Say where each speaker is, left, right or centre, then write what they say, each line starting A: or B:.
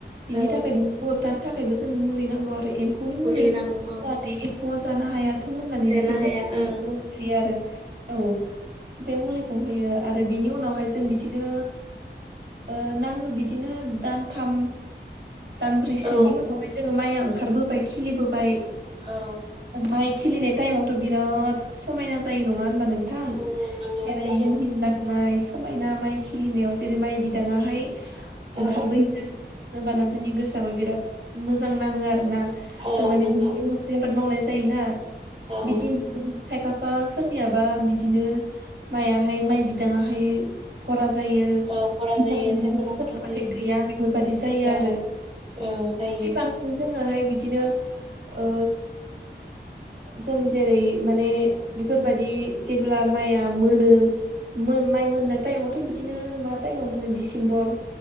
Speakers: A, on the right (about 70°); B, on the right (about 30°).
A: बिनि
B: औ
A: थाखाय बेखौ होबथानो थाखायबो जों मुलि नांगौ आरो एम्फौनि मुलि
B: होनांगौ औ
A: जाहाते एम्फौ आ जानो हायाथों होननानै
B: जानो
A: बेफोरबायदि
B: हाया
A: <unintelligible>
B: ओं
A: जायो आरो। औ बे मुलिखौ होयो आरो बिनि उनावहाय जों बिदिनो ओ नांगौ बिदिनो दानथाम दानब्रैसोनि
B: औ
A: उनावहाय जोङो माइआ ओंखारबोबाय खिलिबोबाय
B: औ।
A: माइ खिलिनाय टाइमावथ' बिराद समायना जायो नङा होनबा नों थां
B: नंगौ नंगौ
A: जेरै
B: जायो
A: मिहिन गाननाय समायना माइ खिलिनायाव जेरै माइ बिदाङा हाय ओंखारबोयो
B: औ
A: होमबाना जोंनि गोसोआबो बिराद मोजां नाङो आरो ना? जों
B: औ
A: माने
B: नंगौ
A: बिसिं मोनसे आबाद मावनाय जायोना
B: औ
A: बिदिनो खायफा सोरनियाबा बिदिनो मायाहाय माइ बिदाङाहाय भरा जायो,
B: औ खरा
A: <unintelligible>
B: जायो खायफाना खरा जायो
A: गैया बेफोरबायदि जायो
B: औ
A: आरो।
B: औ जायो
A: बांसिन जोङोहाय बिदिनो ओ जों जेरै माने बेफोरबादि जेब्ला माइया मोनो मो माइ मोननाय टाइमावथ' बिदिनो मा टाइमाव मोनो डिसेम्बर